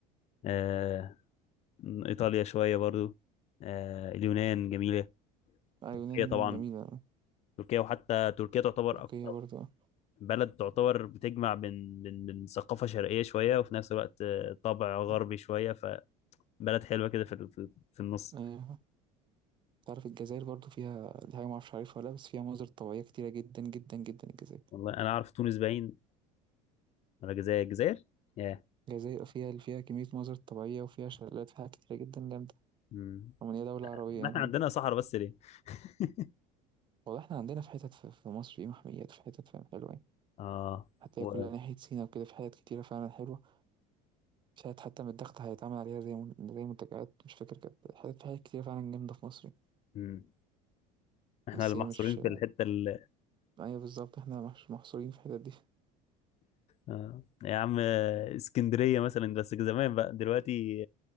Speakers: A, on the left; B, on the right.
A: آه ايطاليا شويه برضو آه اليونان جميله
B: آه،
A: تركيا
B: يونان
A: طبعا
B: جميلة
A: تركيا وحتى تركيا تعتبر
B: تركيا
A: اكتر
B: برضه
A: بلد تعتبر بتجمع بين بين بين ثقافه شرقيه شويه وفي نفس الوقت آه، طابع غربي
B: آه.
A: شويه فبلد حلوه كده في ال- في في النص
B: ايوه تعرف الجزائر برضو فيها دي حاجة معرفش عارفها ولا لأ، بس فيها مناظر طبيعية كتيرة جدا جدا جدا الجزائر
A: والله انا اعرف تونس باين ولا الجزائر الجزائر ياه
B: الجزائر فيها فيها كمية مناظر طبيعية وفيها شلالات فيها حاجات كتيرة جدا جامدة
A: مم.
B: رغم إن هي دولة عربية
A: ما
B: يعني
A: احنا عندنا صحراء بس ليه <laughs>
B: والله احنا عندنا في حتت في في مصر في محميات في حتت فاهم حلوة يعني
A: اه
B: هتلاقي
A: و...
B: كلها ناحية سينا وكده في حتت كتيرة فعلا حلوة في حتت حتى من الضغط هيتعمل عليها زي من- زي منتجعات مش فاكر كانت حتت في حتت كتيرة فعلا جامدة في مصر يعني.
A: مم. احنا
B: بس
A: اللي
B: هي
A: محصورين
B: مش
A: في الحته ال...
B: <laughs> أيوة بالظبط احنا مش محصورين في الحتت دي
A: آه. يا عم آه، اسكندريه مثلا بس زمان بقى دلوقتي